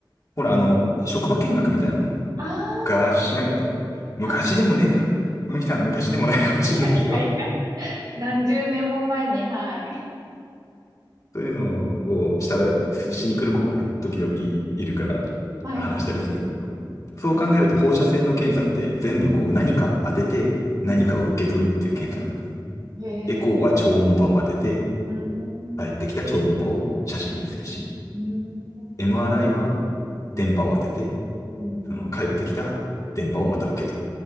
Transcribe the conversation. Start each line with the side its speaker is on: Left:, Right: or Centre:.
Left: ほら、あの、職場見学みたいなの、
Right: あー
Left: ガーシしなかった昔でもねえか。
Right: あ、
Left: まみさんは昔でもないかもしれないけど、
Right: いやいやいや、<laughs> 何十年も前に、はい。
Left: そういうのをした、
Right: そうです
Left: しに来る子がね、時々いるから話したりするんだけど。
Right: ねはいはい
Left: そう考えると放射線の検査って全部こう何かを当てて何かを受け取るっていう検査なんだね。
Right: はい。うんへえ、
Left: エコーは超音波を当てて、
Right: うーん、う
Left: 帰ってきた超音波を写真にするし、
Right: ーん、
Left: MRI は
Right: うん、
Left: 電波を当てて、
Right: うん、
Left: その帰ってきた電波をまた受け取